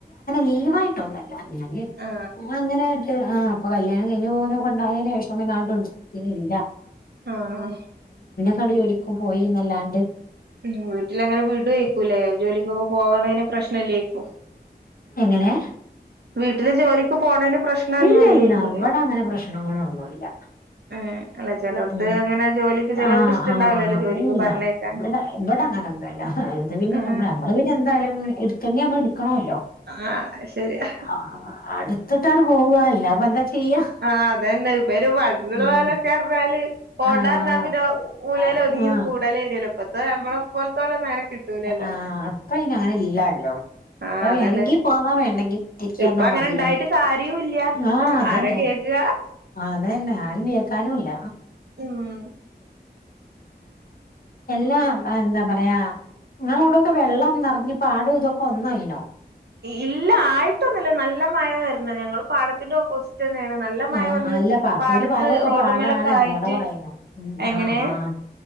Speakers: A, on the left (about 55°); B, on the right (about 75°).
A: ലീവായിട്ട് ഒന്നല്ല ഞാന്
B: ആ
A: <unintelligible> ഇങ്ങനെ ആഹ് പ്പൊ കല്യാണം കയ്ഞ് ഓനൊക്കെണ്ടായേന് ശേഷം പിന്നെ <unintelligible>
B: ആഹ്
A: ട് ജോലിക്കും പോയിന്നല്ലാണ്ട്
B: ഉം വീട്ടിലങ്ങനെ വിടു ഏക്കുലേ ജോലിക്കൊക്കെ പോകണേന് പ്രശ്നല്ലേക്കും
A: എങ്ങനെ
B: വീട്ടില് ജോലിക്ക് പോണേന് പ്രശ്നൊന്നും
A: ഇല്ല
B: ഇല്ലേക്കൂലേ
A: ഇല്ല ഇവിട അങ്ങനെ പ്രശ്നങ്ങളൊന്നുല്ല
B: ആ അല്ല ചെലോടത്ത്
A: ഉ
B: അങ്ങനെ ജോലിക്ക് ചെലോർക്ക്
A: ആഹ
B: ഇഷ്ടണ്ടാവില്ലല്ലോ
A: ആഹ് ആഹ്
B: ജോലിക്ക്
A: ഇല്ല
B: പറഞ്ഞേക്കാൻ
A: വിട വിടങ്ങാനൊന്നുമല്ല അത് പിന്നെ
B: ആ
A: നമ്മ നമ്മള് പിന്നെന്തായാലും എടുത്തു എന്നെ നമ്മള് ആണല്ലോ
B: ആ ശരിയാ
A: ആ അടുത്തിട്ടടെ പോവല്ല അപ്പൊ എന്താ ചെയ്യാ
B: ആഹ അതന്നെ ഇപ്പൊ ഒരു വഴുള്ള
A: ഉം
B: പോലൊക്കെ അറിഞ്ഞാല് പോണ്ടന്നന്റെ
A: ആഹ്
B: മൂല
A: ആഹ്
B: ഒന്നങ്ങത് കൂടല ഇല്ല ഇപ്പത്തെ നമ്മള പോലെത്തലെ അങ്ങനെ കിട്ടൂല
A: ആഹ അപ്പ അങ്ങനെ ഇല്ലല്ലോ
B: ആഹ്
A: അപ്പ
B: അതന്നെ
A: വേണമെങ്കി പോന്നാ വേണെങ്കിൽ തിരിച്ചു
B: ഇപ്പൊ
A: തന്ന
B: അങ്ങനെ
A: മാതിരിയ
B: ഇണ്ടായിട്ട് കാര്യൂല്ല
A: ആഹ അതല്ലെ
B: ആരാ കേക്ക്ക
A: അതന്നെ ആരും കേക്കാനുംല്ല
B: ഉം
A: എല്ലാ അ എന്ത പറയാ നിങ്ങളവിടയൊക്കെ വെള്ളം നിറഞ്ഞ് പാടും ഇതൊക്കെ ഒന്നായിനോ
B: ഇല്ല ആയിട്ടൊന്നുമില്ല നല്ല മഴ വരണ ഞങ്ങള് പാടത്തിന്റെ ഓപ്പോസിറ് തന്നെയാണ് നല്ല മഴ
A: ആഹ്
B: വന്ന്
A: അല്ല പറപ്പൂര്
B: പാടത്ത്
A: ഭാഗമൊക്കെ
B: റോഡ്മേലൊക്കെ
A: പാടാണ് അതോണ്ടാ
B: ആയിട്ട്
A: പറയുന്നെ ഉം
B: എങ്ങനെയ-
A: ആഹ് ആഹ്